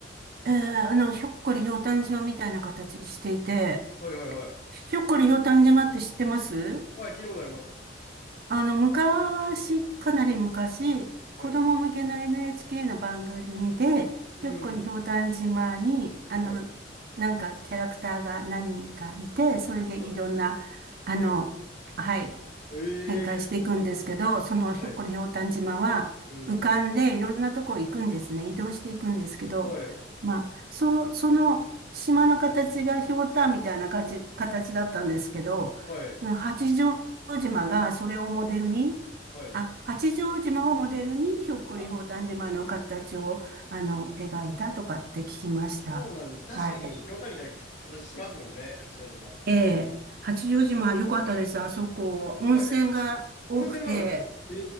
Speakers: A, on the right (about 55°); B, on the left (about 45°).
A: えー、あの、ひょっこりひょうたん島みたいな形していて、
B: はいはいはい。
A: ひょっこりひょうたん島って知ってます
B: はい、聞いたことあります。
A: あの、昔、かなり昔、
B: はい。
A: 子供向けの NHK の番組で、
B: うん。
A: ひょっこりひょうたん島に、あの、
B: はい。
A: なんかキャラクターが何人かいて、それでいろんな、
B: はい。
A: あの、はい、
B: ええ
A: 展開していくんですけど、そのひょっこりひょうたん島は浮かんでいろんなとこ行くんですね。
B: はい。うん。
A: 移動していくんですけど、
B: はい。
A: まあ、そう、その島の形がひょうたんみたいな形、形だったんですけど、
B: はい。
A: その八丈島がそれをモデルに、
B: はい。
A: あ、八丈島をモデルにひょっこりひょうたん島の形を、
B: あ、
A: あの、描いたとかって聞きました。
B: そうなんです。確かに、
A: はい。
B: ひょうたんみたいなか形してますもんね。八丈島。
A: ええ、八丈島良かったです。あそこ、温泉が多くて、
B: はい。え温泉もあるんですかえ